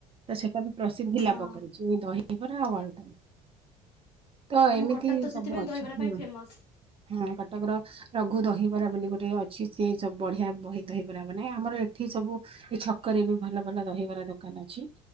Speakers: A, on the right (about 25°); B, on the left (about 85°).
A: ତ ସେଟା ବି ପ୍ରସିଦ୍ଧି
B: ହଁ
A: ଲାଭ କରିଛି ଏ ଦହିିବରା ଆଉ ଆଳୁଦମ୍। ତ ଏମିତି
B: ଆମ କଟକ ତ
A: ସବୁ
B: ସେଥିପାଇଁ
A: ଅଛି
B: ଦହିବରା
A: ହୁଁ
B: ପାଇଁ ଫେମସ୍
A: ହୁଁ କଟକର ରଘୁ ଦହିବରା ବୋଲି ଗୋଟେ ଅଛି ସେ ସବୁ ବଢିଆ ବହି ଦହିବରା ବନାଏ ଆମର ଏଠି ସବୁ ଏ ଛକରେ ବି ଭଲ ଭଲ ଦହିବାର ଦୋକାନ ଅଛି।